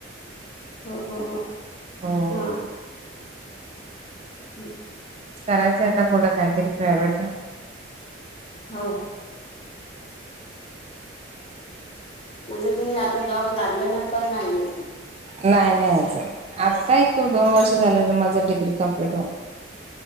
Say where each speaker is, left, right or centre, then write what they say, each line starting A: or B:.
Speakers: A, on the left (about 30°); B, on the right (about 30°).
A: हो, हो, हो,
B: हो
A: हा. हम्म
B: करायचंय आता कुठं काहीतरी प्रायव्हेट!
A: हो, म्हणजे तुम्ही आता जॉब लागलं ना पण नाहीय?
B: नाही नाही अजून आत्ता एक दोन वर्ष
A: हो
B: झाले माझ डिग्री कंप्लीट होउन.